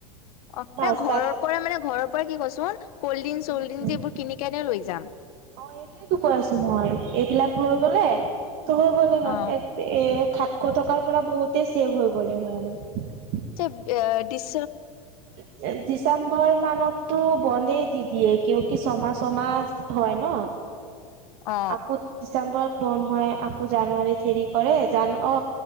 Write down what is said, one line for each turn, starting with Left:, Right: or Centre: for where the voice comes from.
Left: অ'
Right: বাছ
Left: ঘৰ
Right: তাত
Left: পৰা মান ঘৰৰ পৰা কি কৈছোন কল্ড্ৰিং ল্ড
Right: উম
Left: ড্ৰিং এইবোৰ কিনি কেনে লৈ যাম
Right: অ' এইটোয়ো কৈ আছো মই এইবিলাক লৈ গলে হৈ গ'লে হয়
Left: অ
Right: এ খাট খ থকাৰ পৰা বহুতেই চছেভ হৈ গ'লে হয় আমাৰ।
Left: চ দিচ
Right: তে দি ডিচেম্বৰ মানততো বন্ধেই দি দিয়ে কিয় কি ছমাহ চমাহ হয় ন।
Left: অ
Right: আকৌ ডিচেম্বৰত বন্ধ হয় আকৌ জানুৱাৰীত হেৰি কৰে জান অ